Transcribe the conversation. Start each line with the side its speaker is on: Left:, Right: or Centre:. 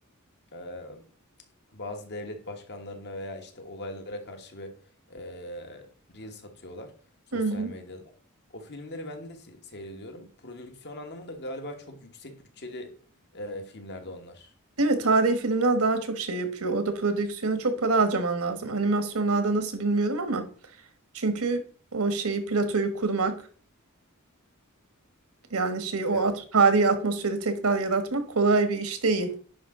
Left: e, bazı devlet başkanlarına veya işte olaylara karşı bir eee reel satıyorlar sosyal
Right: hı hı.
Left: medyada. O filmleri ben de se- seyrediyorum. Prodüksiyon anlamında galiba çok yüksek bütçeli eee filmlerde onlar.
Right: Değil mi? Tarihi filmler daha çok şey yapıyor. Orada prodüksiyona çok para harcaman lazım. Animasyonlarda nasıl bilmiyorum ama. Çünkü o şeyi platoyu kurmak yani şeyi o
Left: Evet,
Right: at tarihi atmosferi tekrar yaratmak kolay bir iş değil.